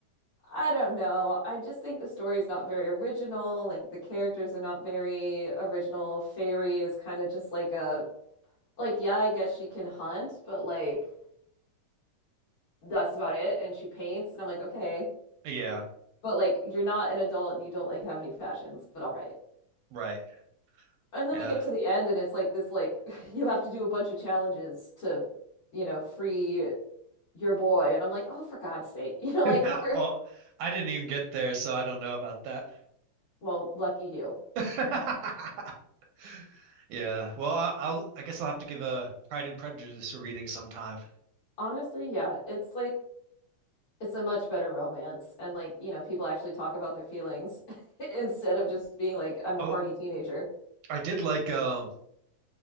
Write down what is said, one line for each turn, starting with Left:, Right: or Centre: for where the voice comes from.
Left: I don't know. I just think the story is not very original. Like the characters are not very original. Fairy is kind of just like a like yeah, I guess she can hunt, but like that's about it. And she paints, and I'm like, okay,
Right: yeah
Left: but like you're not an adult and you don't like have any passions, but all right.
Right: right
Left: And then
Right: Yeah.
Left: we get to the end, and it's like this like <laughs> you have to do a bunch of challenges to, you know, free your boy. And I'm like, oh, for God's sake, <laughs> you know,
Right: <laughs>
Left: like we're
Right: Oh, I didn't even get there, so I don't know about that.
Left: well, lucky you.
Right: <laughs> Yeah. Well, I, I'll I guess I'll have to give a Pride and Prejudice a reading sometime.
Left: Honestly, yeah, it's like. It's a much better romance. And like, you know, people actually talk about their feelings <laughs> instead of just being like, I'm
Right: Oh,
Left: a horny teenager.
Right: I did like um